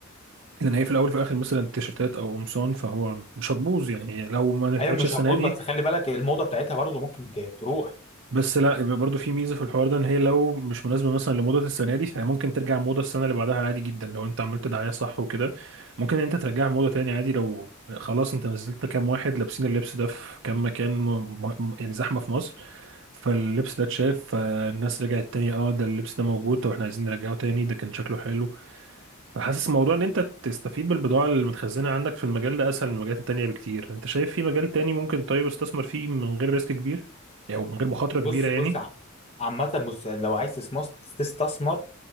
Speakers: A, on the right; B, on the left.
A: لان هي في الاول وفي الاخر مثلا تيشرتات او قمصان فهو مش هتبوظ يعني هي لو ما نفعتش
B: ايوه مش
A: السنه
B: هتبوظ
A: دي
B: بس خلي بالك الموضه بتاعتها برضه ممكن ت- تروح
A: بس لا يبقى برضو في ميزه في الحوار ده ان هي لو مش مناسبه مثلا لموضه السنه دي فهي ممكن ترجع موضه السنه اللي بعدها عادي جدا لو انت عملت دعايه صح وكده ممكن انت ترجعها موضه تاني عادي لو خلاص انت نزلت كام واحد لابسين اللبس ده في كام مكان م... م... يعني زحمه في مصر فاللبس ده اتشاف فالناس رجعت تاني اه ده اللبس ده موجود طب احنا عايزين نرجعه تاني ده كان شكله حلو فحاسس موضوع ان انت تستفيد بالبضاعه اللي متخزنه عندك في المجال ده اسهل من المجالات التانيه بكتير انت شايف في مجال تاني ممكن طيب استثمر فيه من غير ريسك كبير او يعني من غير مخاطره كبيره
B: بص
A: يعني
B: بص ع- عامة بص لو عايز تسمص- تستثمر